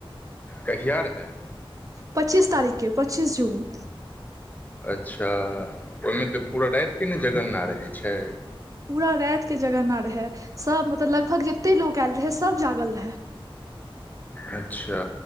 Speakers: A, on the left; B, on the right.
A: कहिया रहै
B: पच्चीस तारीक के पच्चीस जून
A: अच्छा ओहिमे तऽ पूरा रातिके ने जगन्ना रहै छै
B: पूरा रात के जगरना रहै सब मतलब लगभग ज के लोक ऐल रहै सब जागल रहै
A: अच्छा